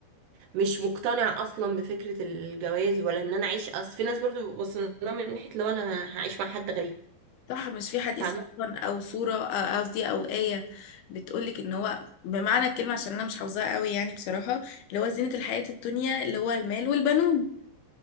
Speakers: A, on the right; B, on the left.
A: مش مقتنع اصلا بفكرة الجواز ولا ان انا اعيش اصل في ناس برضو بتبص لها من ناحية لو انا هعيش مع حد غريب
B: صح مش في حديث
A: فاهمة
B: أصلا أو صورة آه، قصدي أو آية بتقولك إن هو بمعنى الكلمة عشان أنا مش حافظاها قوي يعني بصراحة اللي هو زينة الحياة الدنيا اللي هو المال والبنون